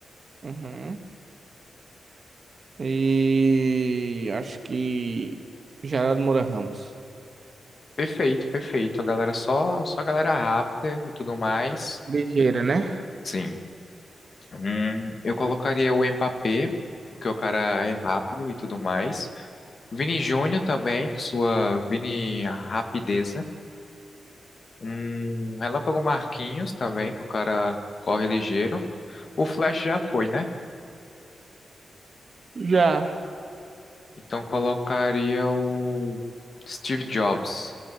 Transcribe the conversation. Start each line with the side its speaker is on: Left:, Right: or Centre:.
Right: Uhum. E acho que Geraldo Moura Ramos.
Left: Perfeito, perfeito. A galera só, só a galera rápida e tudo mais.
Right: Ligeira, né?
Left: Sim. Hum, eu colocaria o Mbappé, porque o cara é rápido e tudo mais. Vini Júnior também, com sua Vini rapideza. Um Relâmpago Marquinhos também, que o cara corre ligeiro. O Flash já foi, né?
Right: Já.
Left: Então colocaria o Steve Jobs.